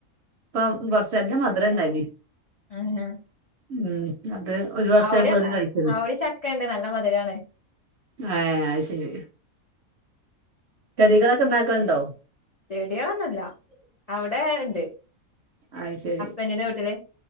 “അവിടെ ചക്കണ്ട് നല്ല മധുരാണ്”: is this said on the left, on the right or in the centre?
Left